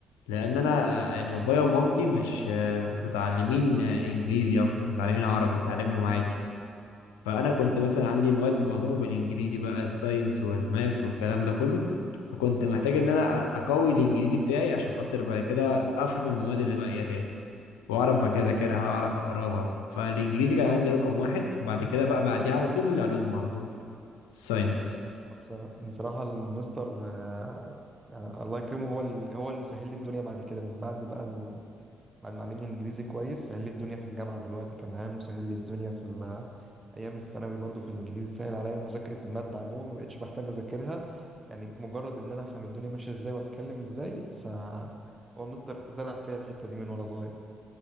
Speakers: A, on the left (about 80°); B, on the right (about 25°).
A: لان انا آه، يعني بابايا ومامتي مش آه، مش متعلمين آه، انجليزي اكتر متعلمين عربي تعلمهم عادي فانا كنت
B: ايوه تمام
A: مثلا عندي مواد معظمها بالانجليزي بقى الساينس والماس والكلام ده كله فكنت محتاج ان انا أ- اقوي الانجليزي بتاعي عشان خاطر بعد كده افهم المواد اللي باقيه ديت واعرف بقى اذاكرها اعرف اقراها فالانجليزي كان عندي رقم واحد وبعد كده بقى بعديها على طول العلوم على طول الساينس
B: بصراحة بصراحة المستر آه، يعني الله يكرمه هو ال- هو اللي سهل لي الدنيا بعد كده من بعد بقى ال... بعد ما علمني الانجليزي كويس سهل لي الدنيا في الجامعة دلوقتي كمان وسهل لي الدنيا في ال... ايام الثانوي برضو في الانجليزي سهل عليا مذاكرة المادة عموما ما بقتش محتاج اذاكرها يعني مجرد ان انا افهم الدنيا ماشية ازاي واتكلم ازاي ف هو المستر زرع فيا الحتة دي من وانا صغير